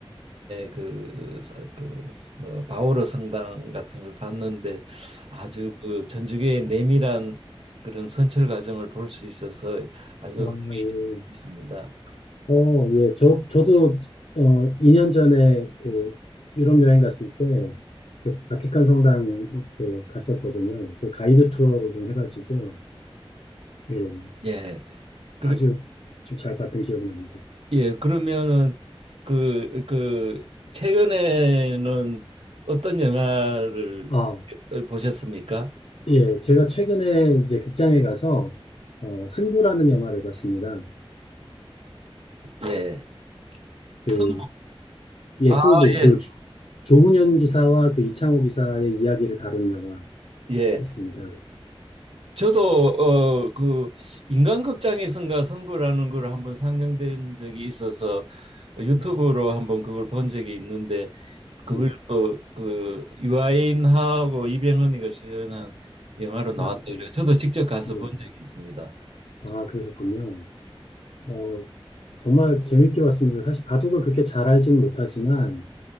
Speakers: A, on the right; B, on the left.
A: 그, 그 뭐, 바오로 성당 같은 걸 봤는데 아주 그 천주교의 내밀한 그런 선출 과정을 볼 수 있어서 아주
B: 아, 예,
A: 흥미했습니다.
B: 어, 예, 저, 저도, 어, 2년 전에 그 유럽 여행 갔을 때, 그 바티칸 성당 예, 갔었거든요. 그 가이드 투어를 좀 해가지고, 예.
A: 예. 그리,
B: 아주 좀 잘 봤던 기억이 납니다.
A: 예, 그러면은 그, 그 최근에는 어떤 영화를
B: 아,
A: 보셨습니까?
B: 예. 제가 최근에 이제 극장에 가서, 어, 승부라는 영화를 봤습니다.
A: 예.
B: 그,
A: 선-
B: 예,
A: 아,
B: 승부.
A: 예.
B: 그 조- 조훈현 기사와 그 이창호 기사의 이야기를 다룬
A: 예.
B: 영화였습니다.
A: 저도 어 그 인간극장에선가 성부라는 걸 한번 상영된 적이 있어서 유튜브로
B: 음,
A: 한번 그걸 본 적이 있는데 그걸
B: 음,
A: 또그 유아인하고 이병헌이가 주연한 영화로 나왔더라고요.
B: 맞습니다.
A: 저도 직접 가서
B: 예.
A: 본 적이 있습니다.
B: 아, 그러셨군요. 어, 정말 재밌게 봤습니다. 사실 바둑을 그렇게 잘 알지는 못하지만,